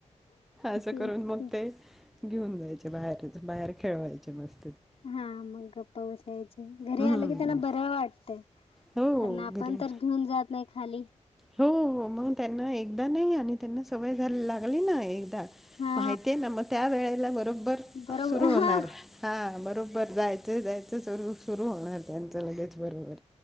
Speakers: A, in the centre; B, on the left (about 55°).
A: असं
B: तेच
A: करूंन मंग
B: की
A: ते घेऊंन जायचे बाहेर बाहेर खेळवायंचे मस्तं
B: हां मंग गप्पां बसायंची घरी
A: हम्म.
B: आलं की त्यांनां बरं वाटतंय
A: हो
B: कारणं आपणं
A: घरी
B: तरं घेऊंन जातं नाहीं खाली
A: हो मंग त्यांनां एकदां नाहीं आणि त्यांनां सवंय झालीं लागली नां एक
B: हा
A: माहितीय नां मंग त्यां वेळेला बरोबर
B: बरोबर
A: सुरूं होणारं
B: हा
A: हां बरोबर जायचं जायचंर सुरूं होणारं त्यांचं लगेच बरोबर